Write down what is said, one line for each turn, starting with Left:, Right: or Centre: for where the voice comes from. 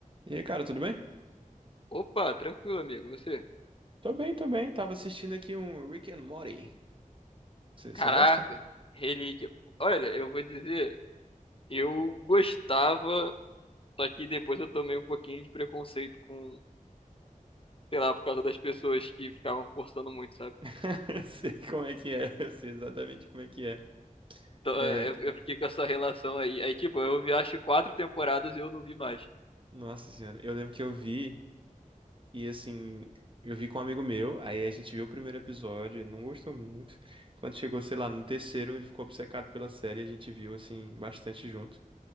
Right: E aí, cara, tudo bem?
Left: Opa, tranquilo, amigo. Você?
Right: Tô bem, tô bem. Tava assistindo aqui um Rick and Morty. Você
Left: Caraca,
Right: gosta?
Left: relíquia. Olha, eu vou dizer, eu gostava, só que depois eu tomei um pouquinho de preconceito com, sei lá, por causa das pessoas que ficavam forçando muito, sabe?
Right: <laughs> Sei como é que é, <laughs> eu sei exatamente como é que é.
Left: Então
Right: É,
Left: é, eu, eu fiquei com essa relação aí. Aí, tipo, eu vi acho quatro temporadas e eu não vi mais.
Right: nossa senhora, eu lembro que eu vi e assim, eu vi com um amigo meu, aí a gente viu o primeiro episódio, ele não gostou muito. Quando chegou, sei lá, no terceiro, ele ficou obcecado pela série, a gente viu assim bastante junto.